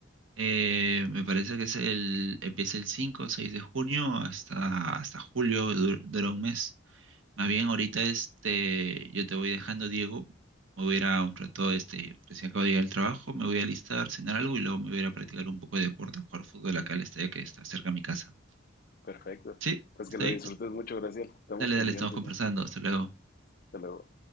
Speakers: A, on the right (about 80°); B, on the left (about 45°).
A: Eh, me parece que es el, empieza el 5 o 6 de junio hasta, hasta julio, du- dura un mes. Más bien, ahorita este, yo te voy dejando, Diego. Me voy a ir a un rato, este, recién acabo de llegar al trabajo, me voy a alistar, cenar algo y luego me voy a ir a practicar un poco de deporte, a jugar fútbol acá al estadio que está cerca de mi casa.
B: Perfecto.
A: Sí,
B: Pues
A: está
B: que lo
A: bien.
B: disfrutes mucho, Graciela. Estamos
A: Dale,
B: pendientes.
A: dale, estamos conversando.
B: Luis.
A: Hasta luego.
B: Hasta luego.